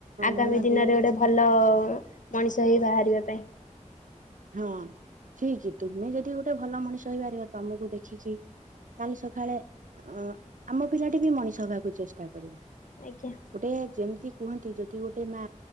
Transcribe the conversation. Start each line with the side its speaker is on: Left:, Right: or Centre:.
Left: ଆଗାମୀ
Right: ମନ
Left: ଦିନରେ
Right: ଦେଇ
Left: ଗୋଟେ ଭ ଭଲ ମଣିଷ ହେଇ ବାହାରିବା ପାଇଁ।
Right: ହଁ ଠିକ୍, ତୁମେ ଯଦି ଗୋଟେ ଭଲ ମଣିଷ ହେଇପାରିବ, ତମକୁ ଦେଖିକି କାଲି ସକାଳେ ଅ ଆମ ପିଲାଟି ବି ମଣିଷ ହବାକୁ ଚେଷ୍ଟା କରିବ।
Left: ଆଜ୍ଞା।
Right: ଗୋଟେ ଯେମିତି କୁହନ୍ତି, ଯଦି ଗୋଟେ ମା